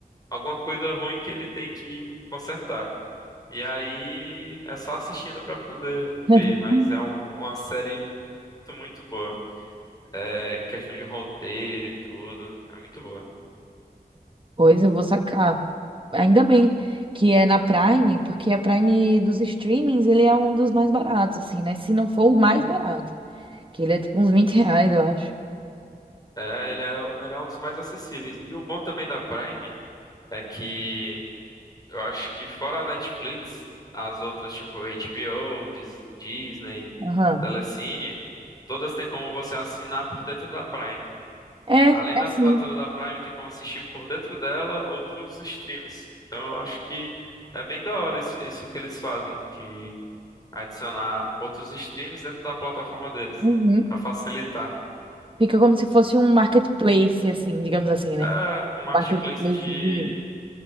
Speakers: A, on the left; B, on the right.
A: alguma coisa ruim que ele tem que consertar. E aí é só assistindo pra poder ver,
B: <laughs>
A: mas é um- uma série muito, muito boa. é, em questão de roteiro e tudo. É muito boa.
B: Pois eu vou sacar. Ainda bem que é na Prime, porque a Prime dos streamings, ele é um dos mais baratos, assim, né? Se não for o mais barato, que ele é tipo uns 20 reais, eu acho.
A: É, ele é, ele é um dos mais acessíveis. E o bom também da Prime é que eu acho que fora a Netflix, as outras, tipo HBO, Dis- Disney,
B: Aham.
A: Telecine, todas têm como você assinar por dentro da Prime.
B: É,
A: Além da
B: é
A: assinatura
B: sim.
A: da Prime, tem como assistir por dentro dela outros streams. Então eu acho que é bem da hora isso, isso que eles fazem, de adicionar outros streams dentro da plataforma deles,
B: Uhum.
A: para facilitar.
B: Fica como se fosse um marketplace, assim, digamos assim, né?
A: Ah, um marketplace
B: Marketplace
A: de,
B: de,